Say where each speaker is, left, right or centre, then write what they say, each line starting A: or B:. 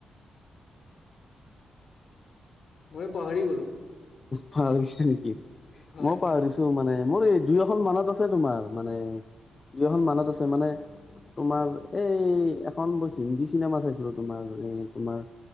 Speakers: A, on the left; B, on the left.
A: মই পাহৰি গ'লোঁ।
B: পাহৰিছোঁ নেকি
A: হয়
B: মই পাহৰিছোঁ মানে মোৰ এই দুই এখন মনত আছে তোমাৰ মানে দুই এখন মানত আছে মানে। তোমাৰ এই এখন মই হিন্দী চিনেমা চাইছিলো তোমাৰ এ তোমাৰ